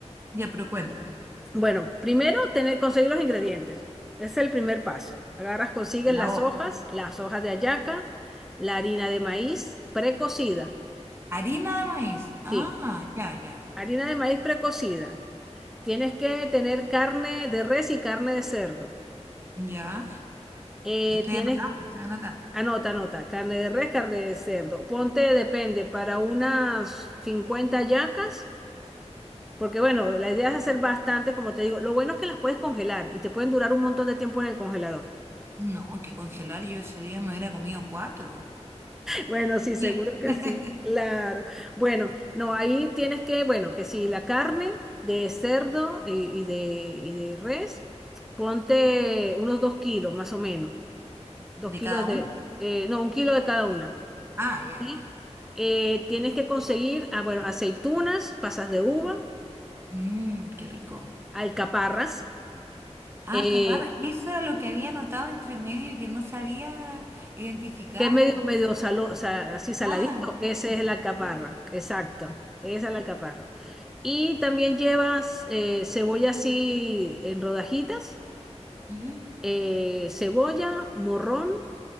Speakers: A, on the right; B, in the centre.
A: Ya, pero cuéntame,
B: Bueno, primero tener, conseguir los ingredientes. Ese es el primer paso. Agarras, consigues
A: la
B: las
A: hoja.
B: hojas, las hojas de hallaca, la harina de maíz precocida.
A: Harina de maíz. Ah,
B: Sí,
A: ya, ya.
B: harina de maíz precocida. Tienes que tener carne de res y carne de cerdo.
A: Ya,
B: Eh,
A: estoy
B: tienes,
A: anotando, estoy anotando.
B: anota, anota, carne de res, carne de cerdo. Ponte, depende, para unas 50 hallacas, porque bueno, la idea es hacer bastantes, como te digo. Lo bueno es que las puedes congelar y te pueden durar un montón de tiempo en el congelador.
A: No, que congelar yo ese día me hubiera comido cuatro.
B: Bueno, sí, seguro
A: Diez.
B: que
A: <laughs>
B: sí, claro. Bueno, no, ahí tienes que, bueno, que si la carne de cerdo y, y de, y de res, ponte unos dos kilos más o menos, dos
A: ¿De
B: kilos
A: cada uno?
B: de, eh, no, un kilo de cada una,
A: Ah, ya,
B: ¿sí?
A: ya.
B: Eh, tienes que conseguir, ah, bueno, aceitunas, pasas de uva,
A: Mmm, qué rico.
B: alcaparras,
A: Ah,
B: eh,
A: alcaparra. Eso era lo que había anotado entre medio y que no sabía identificar.
B: que es medio, medio salo- sa- así saladito,
A: Ah, sí,
B: esa es la alcaparra,
A: sí,
B: exacto, esa
A: rico.
B: es la alcaparra. Y también llevas eh, cebolla así en rodajitas,
A: Ujú.
B: eh, cebolla, morrón,